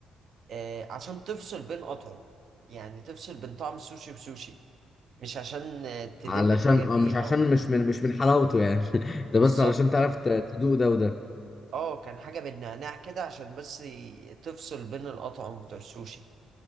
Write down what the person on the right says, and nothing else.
آه عشان تفصل بين قطعم يعني تفصل بين طعم السوشي وسوشي مش عشان آه تدب
الحاجة
فيه
أو
بالظبط
اه كان حاجة بالنعناع كده عشان بس ي- تفصل بين القطعم بتوع السوشي